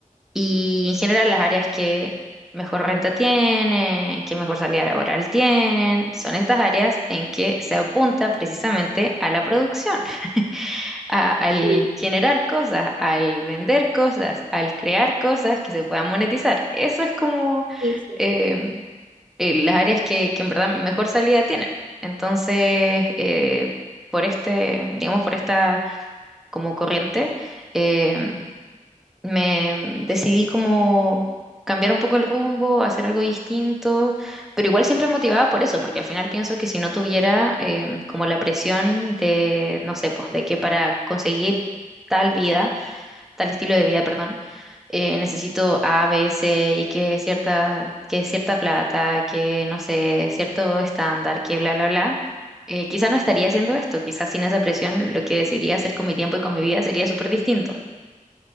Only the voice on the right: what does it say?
Sí,
sí, siempre.